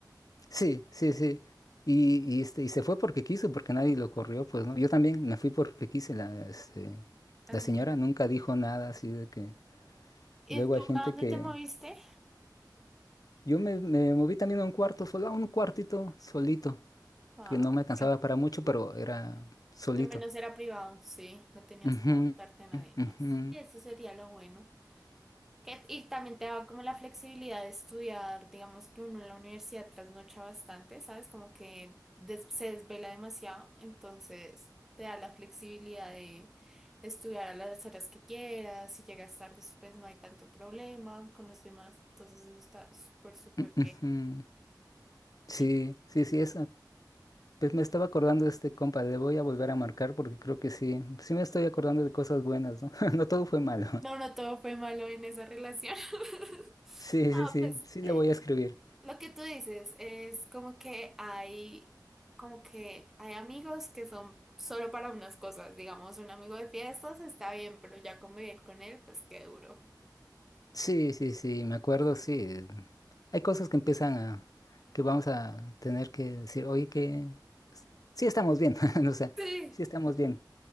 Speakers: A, on the left (about 55°); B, in the centre.
A: Sí, sí, sí. Y, y, este, y se fue porque quiso, porque nadie lo corrió, pues, ¿no? Yo también me fui porque quise. La, este,
B: la
A: la
B: señora.
A: señora nunca dijo nada así de que...
B: ¿Y
A: Luego
B: tú
A: hay gente
B: a dónde
A: que...
B: te moviste?
A: Yo me, me moví también a un cuarto, solo a un cuartito solito,
B: Ah,
A: que no me alcanzaba
B: ok.
A: para mucho, pero era solito.
B: Al menos era privado, sí, no tenías
A: Ujú,
B: que aguantarte a nadie
A: ujú,
B: más. Y eso sería lo bueno. Que, y también te daba como la flexibilidad de estudiar, digamos que uno en la universidad trasnocha bastante, ¿sabes? Como que des- se desvela demasiado, entonces te da la flexibilidad de estudiar a las horas que quieras, si llegas tarde, pues no hay tanto problema con los demás, entonces eso está súper, súper
A: ujú.
B: bien.
A: Sí,
B: Y
A: sí, sí, eso. Pues me estaba acordando de este compa, le voy a volver a marcar porque creo que sí, sí me estoy acordando de cosas buenas, ¿no? <laughs> No todo fue malo.
B: no, no todo fue malo en esa relación. <laughs>
A: Sí,
B: Ah,
A: sí, sí,
B: Pues
A: sí
B: eh,
A: le voy a escribir.
B: Lo que tú dices es como que hay, como que hay amigos que son solo para unas cosas. Digamos, un amigo de fiestas está bien, pero ya convivir con él, pues qué duro.
A: Sí, sí, sí, me acuerdo, sí. Hay cosas que empiezan a, que vamos a tener que decir, oye, que s- sí estamos bien, <laughs> o sea,
B: Sí.
A: sí estamos bien.